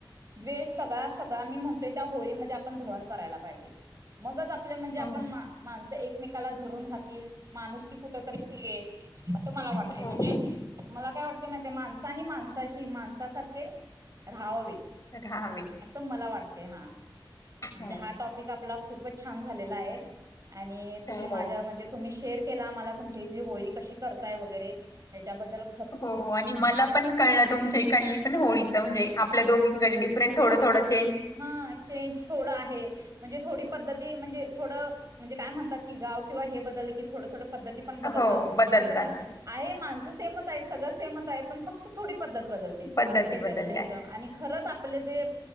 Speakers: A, on the right; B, on the left.
A: द्वेष. सगळा सगळा मी म्हणतोय त्या होळीमध्ये आपण दहन करायला पाहि- जे मगच आपल्या म्हणजे
B: हो
A: आपण माणसं एकमेकाला धरून राहतील- माणूसकी कुठ तरी टिकेल, असं मला वाटते
B: हो
A: म्हणजे- मला काय वाटतं माहितीए? माणसानी माणसाशी माणसासारखे राहावे.
B: राहावे
A: अस मला वाटतय हा. म्हणजे
B: हो
A: हा टॉप- पीक आपला खूपच छान झालेला आहे. आणि तुम्ही
B: हो
A: माझ्यावर म्हणजे तुम्ही शेअर - केला मला. तुमच्या इथली होळी कशी करताय वगैरे ह्याच्याबद्दल
B: हो आणि मला पण कळलं. तुमच्या इकडली पण होळीचं म्हणजे आपल्या दोघी कडे डिफरंट थोडं थोडं -
A: हा चेंज थोडा आहे. म्हणजे थोडी पद्धती म्हणजे थोडं म्हणजे काय म्हणात की गाव किंवा हे बदल क थडं थोडं. पद्धती पण बदलतात
B: हो बदलतात
A: जस पण आहे माणसं सेमच आहे सगळं सेमच आहे पण फक्त थोडी पद्धत बद्
B: पद्धती
A: ज
B: बदलल्या
A: हथ
B: आहेत.
A: आणि खरच आपले जे